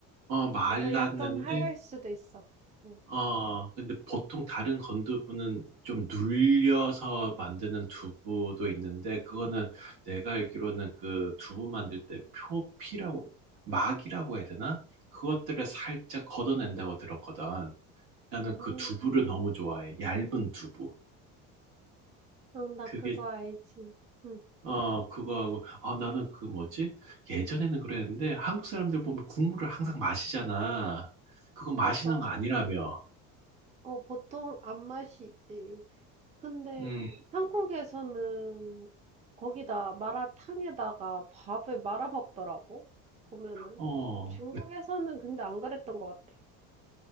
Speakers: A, on the right; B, on the right.
A: 어, 말랐는데
B: 맞아, 약간 하얄 수도 있어. 응.
A: 어, 근데 보통 다른 건두부는 좀 눌려서 만드는 두부도 있는데, 그거는 내가 알기로는 그 두부 만들 때 표피라고, 막이라고 해야 되나? 그것들을 살짝 걷어낸다고 들었거든. 나는
B: 음,
A: 그 두부를 너무 좋아해. 얇은 두부.
B: 응, 나
A: 그게,
B: 그거 알지. 응,
A: 어, 그거하고, 아, 나는 그 뭐지? 예전에는 그랬는데, 한국 사람들 보면 국물을 항상 마시잖아. 그거 마시는
B: 맞아.
A: 거 아니라며.
B: 어, 보통 안 마시지. 근데
A: 음,
B: 한국에서는 거기다 마라탕에다가 밥을 말아 먹더라고. 보면은.
A: 어.
B: 중국에서는 근데 안 그랬던 것 같아.